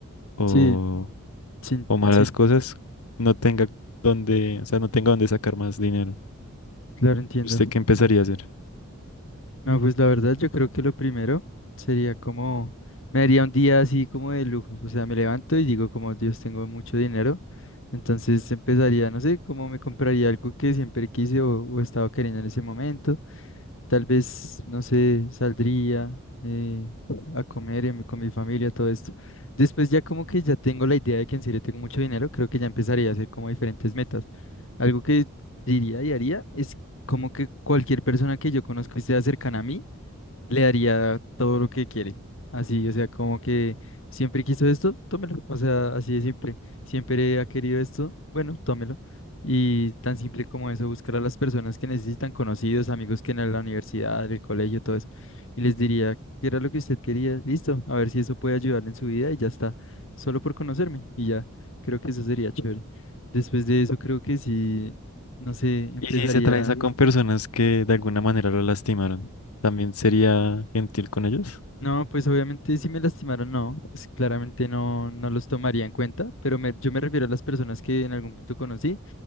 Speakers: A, on the left; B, on the left.
A: o
B: Sí, sí,
A: o malas
B: sí,
A: cosas, no tenga donde, o sea, no tenga donde sacar más dinero.
B: claro, entiendo.
A: ¿Usted qué empezaría a hacer?
B: No, pues la verdad yo creo que lo primero sería como, me daría un día así como de lujos, o sea, me levanto y digo como Dios, tengo mucho dinero, entonces empezaría, no sé, como me compraría algo que siempre quise o, o estaba queriendo en ese momento, tal vez, no sé, saldría eh, a comer y me- con mi familia, todo esto. Después ya como que ya tengo la idea de que en serio tengo mucho dinero, creo que ya empezaría a hacer como diferentes metas. Algo que diría y haría es como que cualquier persona que yo conozco y sea cercana a mí, le daría todo lo que quiere. Así, o sea, como que siempre quiso esto, tómelo. O sea, así de simple. Siempre ha querido esto, bueno, tómelo. Y tan simple como eso, buscar a las personas que necesitan, conocidos, amigos que en la universidad, en el colegio, todo eso. Y les diría, ¿qué era lo que usted quería? Listo, a ver si eso puede ayudarle en su vida y ya está. Solo por conocerme y ya. Creo que eso sería chévere. Después de eso, creo que sí, no sé, empezaría.
A: Y si se atraviesa con personas que de alguna manera lo lastimaron, ¿también sería gentil con ellos?
B: No, pues obviamente si me lastimaron, no, pues claramente no, no los tomaría en cuenta, pero me- yo me refiero a las personas que en algún punto conocí